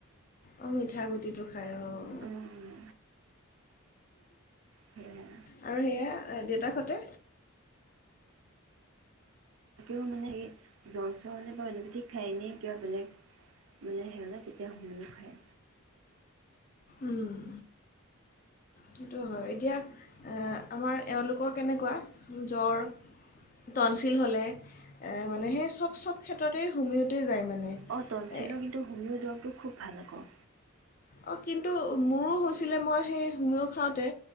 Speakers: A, on the left; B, on the right.
A: অ মিঠা গুটিটো খায় অ'।
B: অ' সেয়া
A: আৰু সেয়া দেউতাক হতে।
B: তাকেও মানে হে জ্বৰ চৰ হ'লে বা অলিপেথিক খায় এনে কিবা বেলেগ। মানে সিঁহতে তেতিয়া হোমিয় খায়।
A: উম, সেইটো হয়। এতিয়া আমাৰ এওঁলোকৰ কেনেকুৱা? জ্বৰ, টনচিল হ'লে মানে সেই চব চব ক্ষেত্ৰতেই যায় মানে।
B: অ তলচৰ
A: এ,
B: কিন্তু হোমিও দৰৱটো খুব ভাল আকৌ।
A: অ কিন্তু মোৰো হৈছিলে, মই সেই হোমিয় খাওঁতে